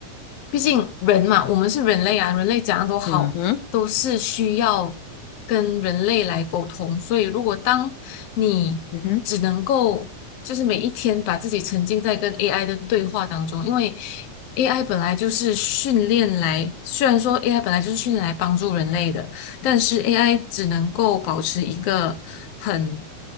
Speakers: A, on the left; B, on the left.
A: 毕竟人嘛，我们是人类啊，人类怎样都好，
B: 嗯哼，
A: 都是需要跟人类来沟通。所以，如果当你只能够就是每一天把自己沉浸在跟
B: 嗯哼，
A: AI 的对话当中，因为 AI 本来就是训练来，虽然说 AI 本来就是训练来帮助人类的，但是 AI 只能够保持一个很